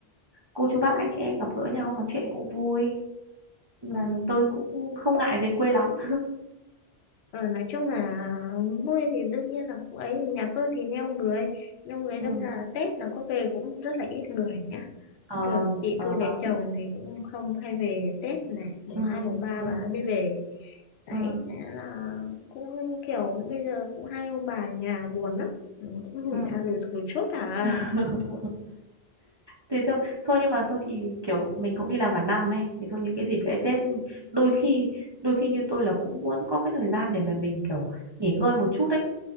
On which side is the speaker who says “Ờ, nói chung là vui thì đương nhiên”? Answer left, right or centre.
Left